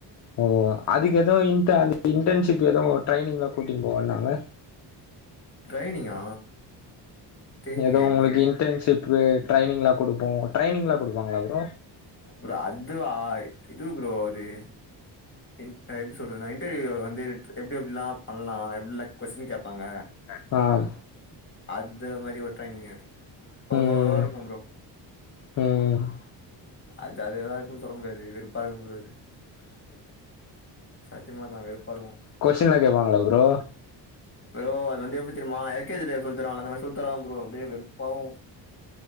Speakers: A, on the left (about 45°); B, on the left (about 25°).
A: ஒ ஒ அதுக்கு எதோ இன்ட்ட இன்டன்ஷிப்பு எதோ ட்ரைனிங்லா கூட்டின் போவன்னாங்க
B: ட்ரைனிங்கா தெர்லயே
A: எதோ உங்களுக்கு
B: ப்ரோ எனக்கு
A: இன்ட்டன்ஷிப்பு ட்ரைனிங்லா குடுப்போ ட்ரைனிங்லா குடுப்பாங்களா ப்ரோ
B: ப்ரோ அதுவா இது ப்ரோ அது இ எப்டி சொல்றது நா இன்டர்வியூ வந்து எ எப்டி எப்டிலா பண்லா எப்டிலா கொஸ்டின் கேப்பாங்க
A: அ
B: அந்த மாதிரி ஒரு ட்ரைனிங் அது ஒரு
A: ம்
B: ஒருவார இருக்கு ப்ரோ
A: ம்
B: அது ஜாலியாதா இருக்கும்ன்னு சொல்ல முடியாது வெருப்பா இருக்கு அது சத்தியமா தா வெறுப்பா இருக்கு
A: கொசிடின்லா கேப்பாங்களா ப்ரோ
B: ப்ரோ அது வந்து எப்டி தெரியுமா எல் கே ஜில சொல்லி தருவாங்கல அது மாரி சொல்லி தருவாங்க ப்ரோ அப்டியே வெறுப்பாவு